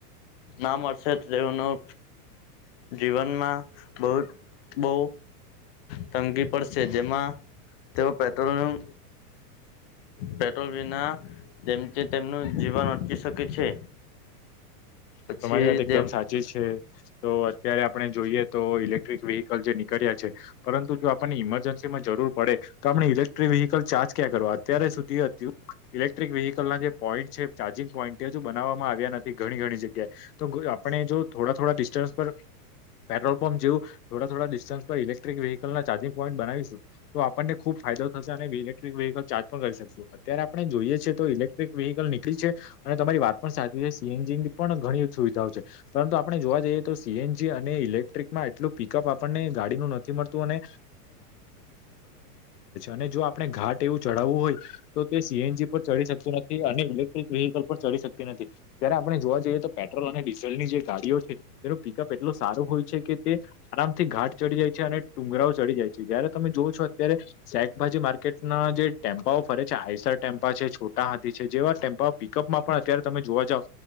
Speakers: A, on the left; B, on the left.
A: ના મળશે તો તેઓનું જીવનમાં બહુ બહુ તંગી પડશે જેમાં તેઓ પેટ્રોલનું પેટ્રોલ બના જેમ જે તેમનું જીવન અટચકી શકે છે પછી
B: તમારી વાત એકદમ
A: જેમ
B: સાચી છે તો અત્યારે આપણે જોઈએ તો ઇલેક્ટ્રિક વ્હકલ જેની કર છે પરંતુ જો આપણને ઇમરજન્સીમાં જરૂર પડે તો આપણે ઇલેક્ટ્ર વ ચાર્જ ક કરવા અત્યારે સુધી હત ઇલેક્ટ્રિક વ્હકલના જે પોઈન્ટ છે ચાર્જિંગ પોઈન્ટ તેજુ બનાવવામાં આવ્યા નથી ઘણી ઘણી જગ્યા તો આપણે જો થોડા થોડા ડિસ્ટન્સ પર પેટ્રોલ પંપ જે થોડા થોડા ડિસ્ટન્સ પર ઇલેક્ટ્રિક વ્હીકલના ચાર્જિંગ પોઈન્ટ બનાવીશું તો આપણને ખુબ ફાયદો થશે અને ઇલેક્ટ્રિક વ્હીકલ ચાર્જ પણ કરી શકશું અત્યારે આપણે જોઈએ છીએ તો ઇલેક્ટ્રિક વ્હીકલ નીકળી છે અને તમારી વાત પણ સાચી છે સીએનજી ની પણ ઘણી સુવિધા છે પરંતુ આપણે જોવા જઈએ તો સીએનજી અને ઇલેક્ટ્રિકમાં એટલું પીિકઅપ આપણને ગાડીનું નથી તું અને તે સીએનજી પર ચડી શકતી નથી અને ઇલેક્ટ્રિક વેહીકલ પર ચડી શકતી નથી જય્યારે આપણે જોવા જઈએ તો પેટ્રોલ અને ડીઝલની જે ગાડીઓ છે તે પેટ્રોલ સારો હોય છે કે તે આરામથી ઘાટ ચડી જાય છે અને ડુંગરાઓ ચડી જાય છે જયારે તમે જોવઓ છો અત્યારે શાકભાજી માર્કેટના જે ટેમ્પાઓ ફરે છે આઈ ટેમ્પા છે છોટા હાથી છે જેવા ટેમ્પા પિકઅપમાં પણ અત્યારે તમે જોવા જાવ